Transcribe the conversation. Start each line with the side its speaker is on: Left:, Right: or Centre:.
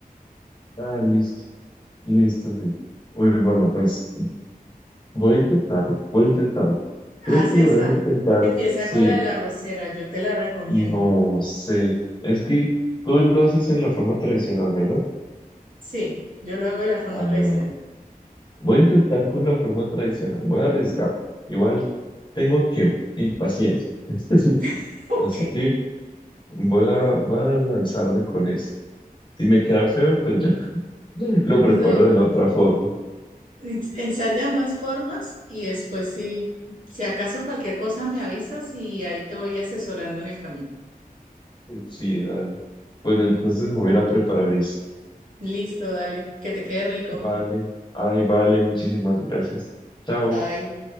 Left: Ah, listo. Listo, sí. Uy, bueno, pues voy a intentarlo, voy a intentarlo. Creo
Right: Haz
Left: que
Right: esa.
Left: lo voy a intentar,
Right: Empieza
Left: sí,
Right: con la de la arrocera, yo te la recomiendo.
Left: no sé. Es que tú lo haces en la forma tradicional, ¿verdad?
Right: Sí, yo lo hago de la forma
Left: Ah,
Right: tradicional.
Left: no. no, no. Voy a intentar con la forma tradicional. Voy a arriesgar. Igual tengo tiempo y paciencia. <laughs>
Right: <laughs> Ok.
Left: Así que voy a, voy a lanzarme con eso. Si me queda feo, pues ya <laughs> lo preparo
Right: No.
Left: de la otra forma.
Right: ens- Ensaya ambas formas y después sí, si acaso cualquier cosa me avisas y ahí te voy asesorando en el camino.
Left: Sí, dale. Bueno, entonces me voy a ir a preparar eso.
Right: Listo, dale, que te quede rico.
Left: Vale. Ay, vale. Muchísimas gracias. Chao.
Right: Bye.